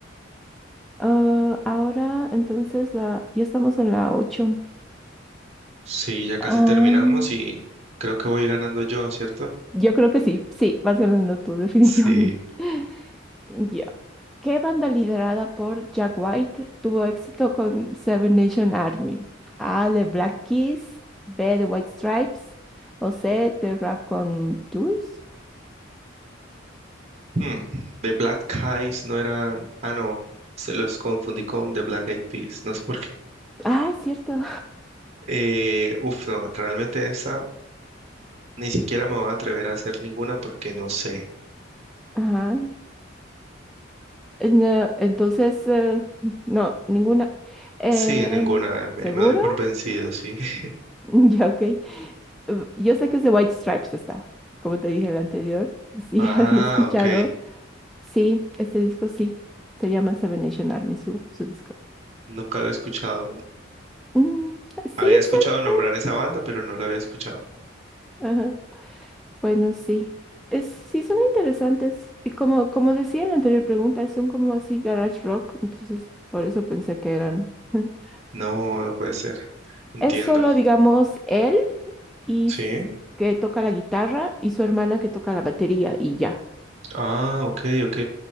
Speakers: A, in the centre; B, on the right (about 35°).
A: Ah, ahora, entonces, la... ya estamos en la 8.
B: Sí, ya casi
A: Am,
B: terminamos y creo que voy ganando yo, ¿cierto?
A: yo creo que sí, sí, vas ganando tú, <laughs> definitivamente.
B: Sí.
A: Ya. ¿Qué banda liderada por Jack White tuvo éxito con Seven Nation Army? A. The Black Keys, B. The White Stripes o C. The Tours.
B: Hmm, The Black Eyes no eran. Ah, no. Se los confundí con The Black Eyed Peas. No sé por qué.
A: Ah, cierto.
B: Eh, uf, no. Realmente esta ni siquiera me voy a atrever a hacer ninguna porque no sé.
A: <laughs> Ajá. Eh, no, entonces, eh, no, ninguna. Eh,
B: Sí, ninguna. Me,
A: ¿seguro?
B: me doy por vencido, sí. <laughs>
A: <laughs> Ya, ok. Eh, Yo sé que es The White Stripes está, como te dije en el anterior. Sí,
B: Ah,
A: <laughs> había escuchado.
B: ok.
A: Sí, este disco sí. Se llama Seven Nation Army, su, su disco.
B: Nunca lo he escuchado. nu-
A: Mm, sí,
B: Había escuchado
A: son.
B: nombrar esa banda, pero no la había escuchado.
A: Ajá. Bueno, sí. Es, sí, son interesantes. Y como, como decía en la anterior pregunta, son como así garage rock. Entonces, por eso pensé que eran. <laughs>
B: No, no puede ser. Entiendo.
A: Es solo, digamos, él y
B: Sí.
A: s- que toca la guitarra y su hermana que toca la batería y ya.
B: Ah, ok, ok.